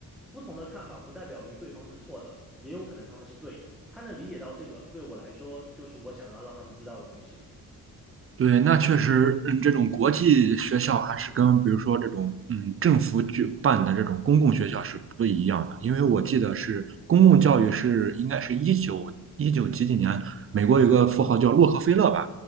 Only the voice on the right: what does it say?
对，那确实，嗯，这种国际学校还是跟比如说这种嗯政府举办的这种公共学校是不一样的，因为我记得是公共教育是应该是一九一九几几年，美国有个富豪叫洛克菲勒吧，